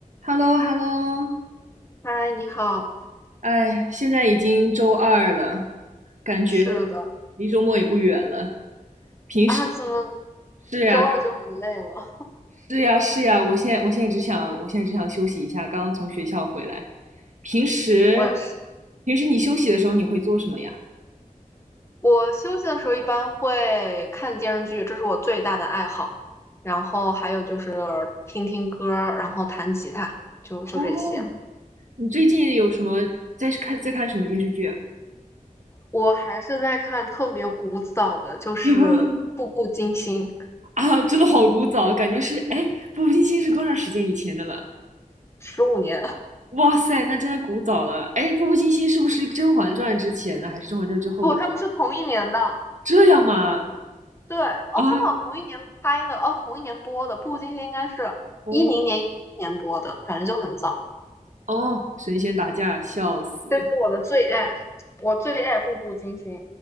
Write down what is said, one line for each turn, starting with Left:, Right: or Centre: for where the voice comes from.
Right: h e l l o h e l l o
Left: 嗨，你好，
Right: 哎，现在已经周二了，感觉
Left: 是的
Right: 离周末也不远了。平时
Left: 啊，怎么
Right: 是呀，
Left: 周二就很累了？
Right: 是呀，是呀，我现在我现在只想，我现在只想休息一下，刚刚从学校回来。平时，
Left: 我也是，
Right: 平时你休息的时候你会做什么呀？
Left: 我休息的时候一般会看电视剧，这是我最大的爱好。然后还有就是听听歌儿然后弹吉他，就就这些。
Right: 哦，你最近有什么在看在看什么电视剧啊？
Left: 我还是在看特别古早的，就是《步步惊心》，
Right: <laughs> 啊真的好古早，感觉是，哎，《步步惊心》是多长时间以前的了？
Left: 十五年，<laughs>
Right: 哇塞，那真的古早了。哎，《步步惊心》是不是《甄嬛传》之前的，还是《甄嬛传》之后的？
Left: 不，他们是同一年的。
Right: 这样吗？
Left: 对，哦，
Right: 啊，
Left: 他们好像同一年拍的，哦，同一年播的，《步步惊心》应该是一零年、
Right: 哦
Left: 一一年播的，反正就很早。
Right: 哦，神仙打架，笑死！
Left: 这是我的最爱，我最爱《步步惊心》。